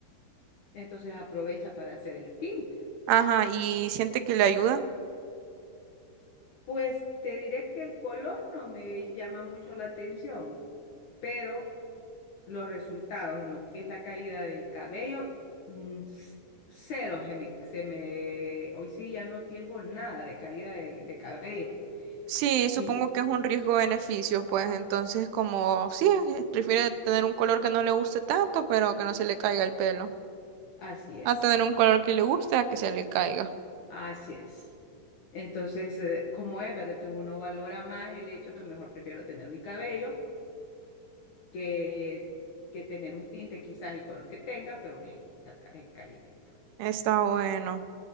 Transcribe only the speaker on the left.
entonces aprovecha para hacer el tinte.
Pues te diré que el color no me llama mucho la atención, pero los resultados en lo que es la caída del cabello, mm, c- cero, se me, se me- hoy sí ya no tengo nada de caída de de cabello.
Y
así es.
Así es. Entonces, eh, como es, ¿verdad? Entonces uno valora más el hecho de mejor prefiero tener mi cabello que, que tener un tinte, quizás el color que tenga, pero que está ca- eh, cayendo.